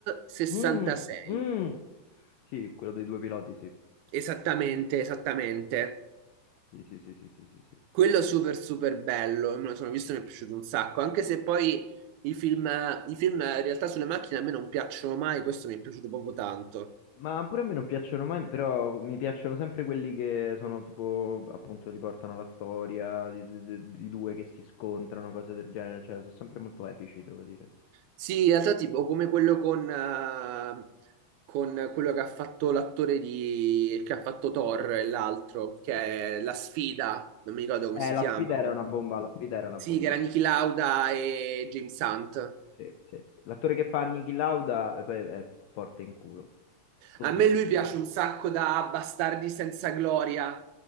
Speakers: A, on the right (about 80°); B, on the left (about 75°).
A: 66,
B: Mm, mm. Sì, quello dei due piloti, sì.
A: esattamente, esattamente.
B: Sì, sì, sì, sì, sì, sì, sì.
A: Quello super super bello, me lo sono visto e mi è piaciuto un sacco, anche se poi i film, i film eh, in realtà sulle macchine a me non piacciono mai, questo mi è piaciuto proprio tanto.
B: Ma pure a me non piacciono mai, però mi piacciono sempre quelli che sono tipo, appunto, riportano la storia di, di- di- di due che si scontrano, cose del genere, cioè sono sempre molto epici, devo dire.
A: Sì, in realtà tipo come quello con, eh, con quello che ha fatto l'attore di, che ha fatto Thor e l'altro, che è La Sfida, non mi ricordo come
B: Eh,
A: si
B: la
A: chiama
B: sfida
A: ora.
B: era una bomba, la sfida era una
A: Sì,
B: bomba.
A: che era Niki Lauda e James Hunt.
B: Sì, sì, sì. L'attore che fa Niki Lauda eh, poi è forte in culo. Oddio.
A: A me lui piace un sacco da Bastardi senza gloria.